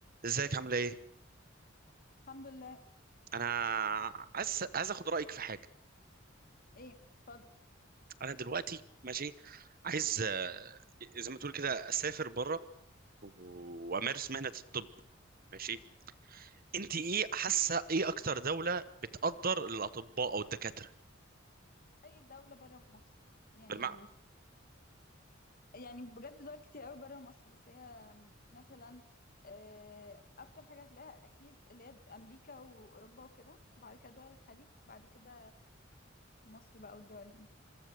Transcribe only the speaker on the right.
ازيك عامله ايه
انا عايز عايز اخد رايك في حاجه
انا دلوقتي ماشي عايز آه، زي ما تقول كده اسافر بره و- وامارس مهنه الطب ماشي انت ايه حاسه ايه اكتر دوله بتقدر الاطباء او الدكاتره
بالمع...